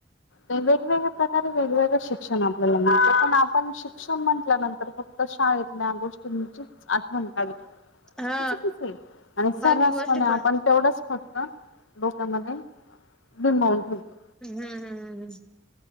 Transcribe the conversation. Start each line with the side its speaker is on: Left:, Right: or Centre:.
Left: वेगवेगळ्या प्रकारे वेगवेगळ शिक्षण आपल्याला मिळते पण आपण शिक्षण म्हटल्यानंतर फ क्त शाळेतल्या गोष्टीचीच आठवण काढतो.
Centre: हा
Left: ते चुकिचे आणि
Centre: बाकी
Left: सर्रासपणे
Centre: गोष्टी पण
Left: आपण- - तेवढंच फक्त डोक्यामध्ये बिंबवून ठेवतो.
Centre: हम्, हम, हम्, हम्.